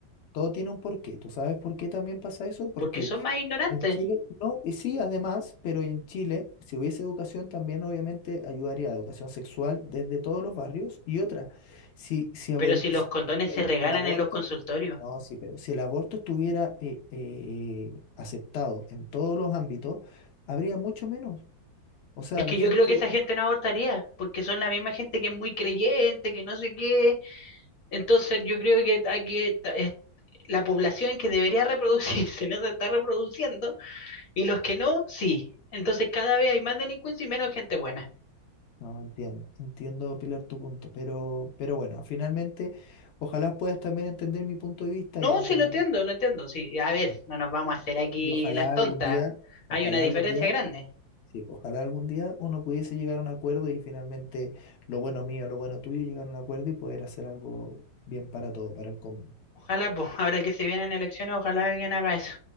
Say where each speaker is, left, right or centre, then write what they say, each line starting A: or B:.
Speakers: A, on the left; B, on the left.
A: Todo tiene un porqué. ¿Tú sabes por qué también pasa eso? Porque
B: porque son más ignorantes.
A: en Chile, no, y sí, además, pero en Chile, si hubiese educación, también obviamente ayudaría a educación sexual desde todos los barrios. Y otra, si, si, abol-
B: Pero si
A: si-
B: los condones
A: si
B: se
A: el,
B: regalan
A: el aborto,
B: en los consultorios.
A: no, sí, pero si el aborto estuviera eh, eh, aceptado en todos los ámbitos, habría mucho menos. O sea,
B: Es que
A: la gente,
B: yo creo que esa gente no abortaría, porque son la misma gente que es muy creyente, que no sé qué. Entonces yo creo que aquí ta- es- la población que debería reproducirse <laughs> no se está reproduciendo y los que no, sí. Entonces cada vez hay más delincuencia y menos gente buena.
A: no, entiendo, entiendo, Pilar, tu punto, pero, pero bueno, finalmente, ojalá puedas también entender mi punto de vista,
B: No,
A: yo entender
B: sí lo entiendo, lo entiendo. Sí, a ver, no nos vamos a hacer aquí
A: Y ojalá
B: las tontas.
A: algún día, ojalá
B: Hay una diferencia
A: algún día,
B: grande.
A: sí, pues, ojalá algún día uno pudiese llegar a un acuerdo y finalmente lo bueno mío, lo bueno tuyo, llegar a un acuerdo y poder hacer algo bien para todo, para el común.
B: Ojalá, pues, ahora que se vienen elecciones, ojalá alguien haga eso.